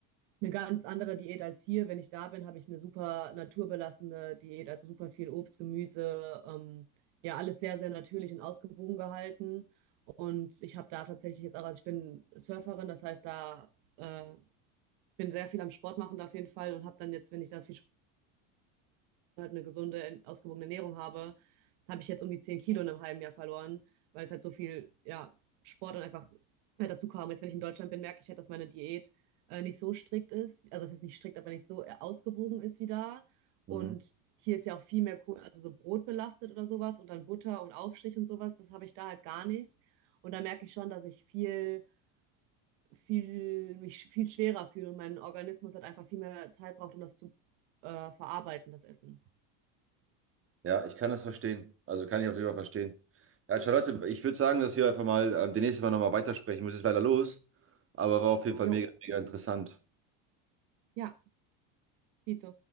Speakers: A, on the right (about 70°); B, on the right (about 30°).
A: eine ganz andere Diät als hier. Wenn ich da bin, habe ich eine super naturbelassene Diät, also super viel Obst, Gemüse, ähm, ja, alles sehr, sehr natürlich und ausgewogen gehalten. Und ich habe da tatsächlich jetzt auch, also ich bin Surferin, das heißt, da äh, bin sehr viel am Sport machen da auf jeden Fall und habe dann jetzt, wenn ich da viel halt eine gesunde, ausgewogene Ernährung habe, habe ich jetzt um die 10 Kilo in einem halben Jahr verloren, weil es halt so viel, ja, Sport und einfach halt dazu kam. Jetzt, wenn ich in Deutschland bin, merke ich halt, dass meine Diät äh, nicht so strikt ist. Also, das heißt nicht strikt, aber nicht so äh, ausgewogen ist wie da.
B: Mhm.
A: Und hier ist ja auch viel mehr cool, also so Brot belastet oder sowas und dann Butter und Aufstrich und sowas. Das habe ich da halt gar nicht. Und da merke ich schon, dass ich viel, viel, mich viel schwerer fühle und mein Organismus halt einfach viel mehr Zeit braucht, um das zu äh, verarbeiten, das Essen.
B: Ja, ich kann das verstehen. Also kann ich auf jeden Fall verstehen. Ja, Charlotte, ich würde sagen, dass wir einfach mal ähm, demnächst mal nochmal weitersprechen. Ich muss jetzt leider los, aber war auf jeden Fall
A: Jo,
B: mega, mega interessant.
A: ja. Quito.